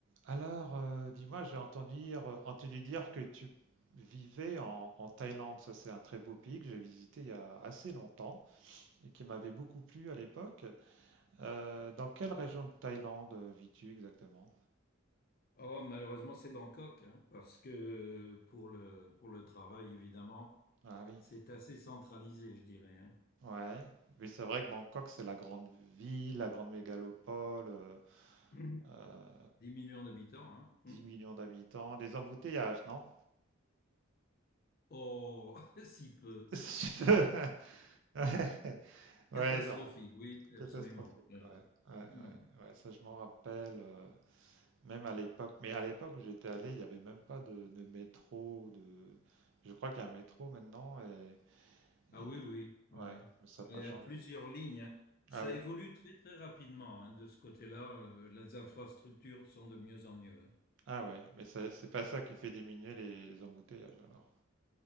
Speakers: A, on the right; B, on the left.
A: Alors, euh, dis-moi, j'ai entendu dire, euh, entendu dire que tu vivais en, en Thaïlande. Ça, c'est un très beau pays que j'ai visité il y a assez longtemps et qui m'avait beaucoup plu à l'époque. Euh, dans quelle région de Thaïlande euh, vis-tu exactement?
B: Oh, malheureusement, c'est Bangkok, hein, parce que pour le, pour le travail, évidemment,
A: Ah oui,
B: c'est assez centralisé, je dirais. hein.
A: ouais. Oui, c'est vrai que Bangkok, c'est la grande ville, la grande mégalopole, euh,
B: Mm.
A: euh,
B: 10 millions d'habitants, hein. Mm.
A: 10 millions d'habitants, des embouteillages, non?
B: Oh, <laughs> si peu.
A: <laughs> Ouais, ouais,
B: Catastrophique,
A: genre
B: oui, absolument.
A: catastrophique.
B: Ouais.
A: Ouais, ouais, ouais,
B: Mm.
A: ouais, ça je m'en rappelle. euh, Même à l'époque, mais à l'époque où j'étais allé, il n'y avait même pas de, de métro, de... Je crois qu'il y a un métro maintenant et,
B: Ah
A: et-
B: oui, oui, oui,
A: ouais, mais ça
B: oui.
A: n'a pas
B: Il y
A: changé.
B: a plusieurs lignes. hein. Ça
A: Ah oui,
B: évolue très, très rapidement, hein, de ce côté-là. euh, les infrastructures sont de mieux en mieux. hein.
A: ah ouais, mais ça- c'est pas ça qui fait diminuer les, les embouteillages alors.